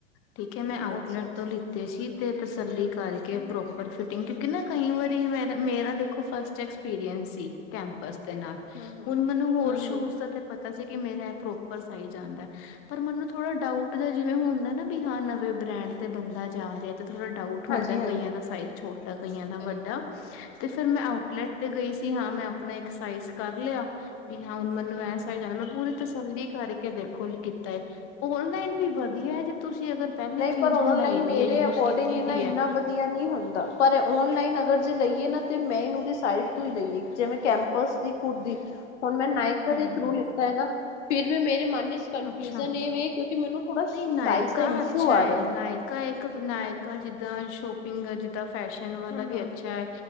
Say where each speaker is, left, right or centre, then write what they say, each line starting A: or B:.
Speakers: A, on the left; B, on the left.
A: ਠੀਕ ਹੈ ਮੈਂ ਆਊਟਲੈਟ
B: ਅੱਛਾ ਅੱਛਾ
A: ਤੋਂ ਲਿਤੇ ਸੀ ਤੇ ਤਸੱਲੀ ਕਰਕੇ
B: ਹੂੰ
A: ਪ੍ਰੋਪਰ ਫੇ ਕਿਉਂਕਿ ਨਾ ਕਈ ਵਾਰੀ ਮੇਰਾ ਦੇਖੋ ਫਸਟ ਐਕਸਪੀਰੀਅੰਸ ਸੀ ਕੈਂਪਸ ਨਾਲ
B: ਹੂੰ ਹੂੰ
A: ਹੁਣ ਮੈਨੂੰ ਹੋਰ
B: ਹੂੰ
A: ਸ਼ੂਜ
B: ਹੂੰ
A: ਦਾ ਤੇ ਪਤਾ। ਸੀ ਕਿ ਮੇਰਾ ਪ੍ਰੋਪਰ ਸਾਈਜ ਆਦਾ ਹੈ ਪਰ ਮੈਨੂੰ ਥੋੜਾ ਡਊਟ ਦਾ ਜਿਵੇਂ ਹੁੰਦਾ
B: ਹੂੰ
A: ਨਾ ਹਾਂ ਨਵੇ, ਬ੍ਰੈਂਡ ਤੇ ਬਣਦਾ ਜਾ ਰਿਹਾ, ਤੇ ਥੋੜਾ ਡਾਊਟ ਹੁੰਦਾ
B: ਹਾਂਜੀ ਹਾਂਜੀ
A: ਕਈਆਂ ਦਾ ਸਾਈਜ਼ ਛੋਟਾ ਕਈਆਂ ਦਾ
B: ਸਹੀ
A: ਵੱਡਾ,
B: ਗੱਲ ਹੈ।
A: ਤੇ ਫੇਰ ਮੈਂ ਆਊਟਲੈਟ ਤੇ ਗਈ ਸੀ ਹਾਂ ਮੈਂ ਆਪਣਾ ਇਕ ਸਾਈਜ਼ ਕਰ ਲਿਆ। ਵੀ ਹੁਣ ਮੈਨੂੰ
B: ਹੂੰ
A: ਐਸਾ
B: ਹੂੰ
A: ਹੀ ਕਹਦਾ ਮੈਂ ਪੂਰੀ ਤਸੱਲੀ ਕਰਕੇ ਦੇਖੋ ਕੀਤਾ ਹੈ ਔਨਲਾਈਨ ਵੀ ਵਧੀਆ ਹੈ ਜੇ ਤੁਸੀਂ ਅਗਰ ਪਹਿਲੇ
B: ਨਹੀਂ
A: ਚੀਜ਼
B: ਪਰ ਔਨਲਾਈਨ
A: ਹੰਡਾਈ ਦੀ
B: ਮੇਰੇ
A: ਹੈ ਯੂਜ
B: ਅਕੋਰਡਿੰਗ
A: ਕੀਤੀ
B: ਨਾ
A: ਦੀ
B: ਇਨਾ
A: ਹੈ।
B: ਵਧੀਆ ਨਹੀਂ ਹੁੰਦਾ ਪਰ ਔਨਲਾਈਨ ਅਗਰ ਜੈ ਲਈਏ ਨਾ ਤੇ ਮੈਂਨੂੰ ਦੀ ਸਾਈਟ ਤੋਂ ਹੀ ਲਈਏ ਜਿਵੇਂ ਕੈਂਪਸ ਦੀ ਖੁੱਦ ਦੀ ਹੁਣ ਮੈਂ ਨਾਇਕਾ
A: ਹੂੰ
B: ਦੇ ਥਰੂ ਲਿੱਤਾ ਹੈ ਨਾ ਫਿਰ ਵੀ ਮੇਰੇ ਮਨ ਵਿਚ ਕਨਫਿਊਜਨ
A: ਅੱਛਾ।
B: ਇਹ ਕਿਉਂਕਿ ਮੈਨੂੰ ਥੋੜਾ ਸਾਈਜ਼
A: ਨਹੀਂ ਨਾਇਕਾ
B: ਦਾ ਇਸ਼ੂ
A: ਅੱਛਾ
B: ਆ
A: ਹੈ
B: ਰਿਹਾ
A: ਨਾਇਕਾ ਇੱਕ ਨਾਇਕਾ ਜਿੱਦਾਂ ਸ਼ੋਪਿੰਗ ਜਿੱਦਾਂ ਫੈਸ਼ਨ ਵਾਲਾ
B: ਹਮ
A: ਵੀ
B: ਹਮ
A: ਅੱਛਾ ਹੈ।